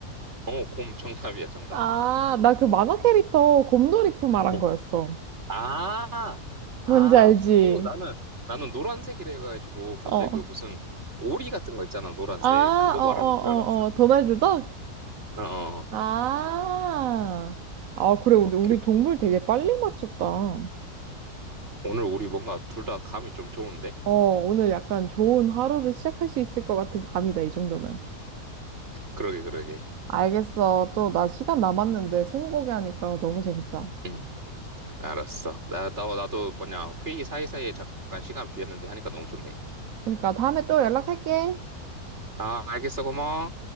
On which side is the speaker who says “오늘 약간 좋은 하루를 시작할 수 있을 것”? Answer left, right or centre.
Right